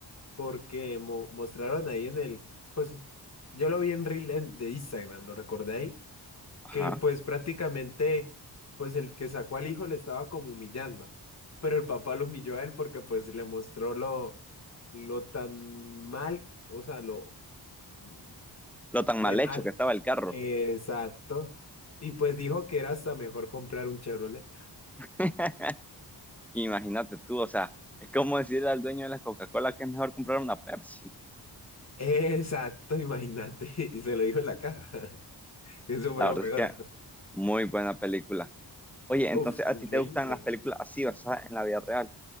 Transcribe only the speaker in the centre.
Ajá.
Lo tan
mal
hecho que estaba el carro.
<laughs> Imagínate tú, o sea, es como decirle al dueño de la Coca-Cola que es mejor comprar una Pepsi.
La
verdad
es que muy buena película. Oye, entonces
a
ti te gustan las películas así basadas en la vida real.